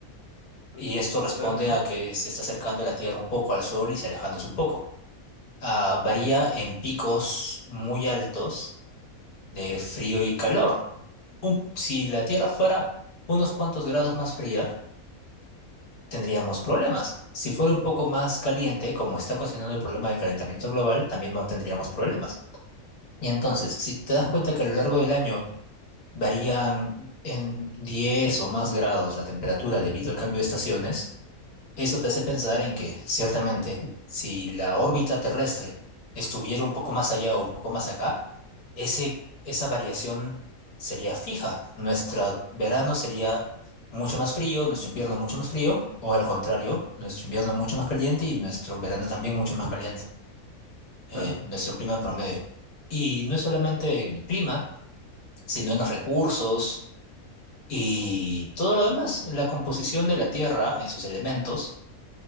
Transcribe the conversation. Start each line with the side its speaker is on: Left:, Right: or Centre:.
Left: y esto responde
Right: Claro, claro.
Left: a que se está acercando la Tierra un poco al Sol y se alejándose un poco. Ah, varía en picos muy altos de frío y calor. Un- si la Tierra fuera unos cuantos grados más fría, tendríamos problemas. Si fuera un poco más caliente, como está ocasionando el problema del calentamiento global, también no tendríamos problemas. Y entonces, si te das cuenta que a lo largo del año varían en 10 o más grados la temperatura debido al cambio de estaciones, eso te hace pensar en que, ciertamente, si la órbita terrestre estuviera un poco más allá o un poco más acá, ese, esa variación sería fija. Nuestro verano sería mucho más frío, nuestro invierno mucho más frío, o al contrario, nuestro invierno mucho más caliente y nuestro verano también mucho más caliente, eh,
Right: Ah, no.
Left: nuestro clima promedio. Y no es solamente en el clima, sino en los recursos y todo lo demás, la composición de la Tierra en sus elementos